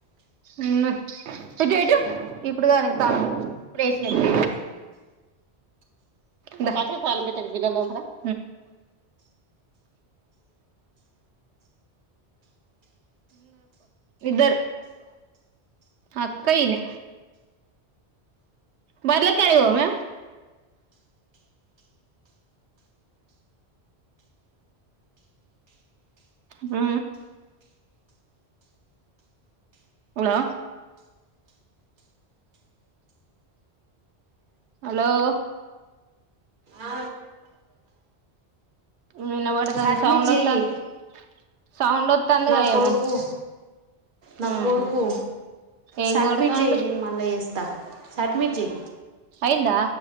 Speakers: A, on the right (about 80°); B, on the right (about 50°).
A: ఉ ఎట్టు ఎట్టు ఇప్పుడు కానీ తాను స్పెషల్ <unintelligible> దసలకు పోయివాతరికే గిన్నెలు తోముతారా ఇద్దరు అక్క ఇనే బర్లకేల్లిపోవా హు హలో హలోలో
B: ఆ
A: వినబడతాంది
B: సడ్మిట్
A: సౌండ్
B: చెయి
A: వత్తాంది సౌండ్ వత్తాందిగా
B: నా
A: ఏమో
B: కొడుకు నా
A: ఉహు
B: కొడుకు
A: ఏం
B: సడ్మిట్
A: కొడతాండు
B: చేయి నేను మళ్ళా చేస్తా సబ్మిట్ చెయ్యి
A: అయిందా